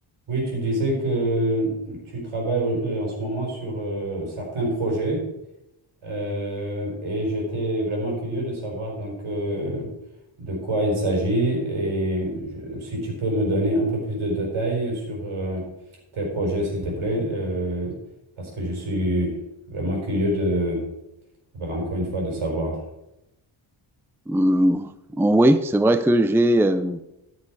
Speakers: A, on the right; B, in the centre.
A: Oui, tu disais que tu travailles euh, en ce moment sur euh, certains projets euh, et j'étais vraiment curieux de savoir donc euh, de quoi il s'agit et je- si tu peux me donner un peu plus de détails sur euh, tes projets, s'il te plaît, euh, parce que je suis vraiment curieux de, voilà, encore une fois, de savoir.
B: Hum, oui, c'est vrai que j'ai euh,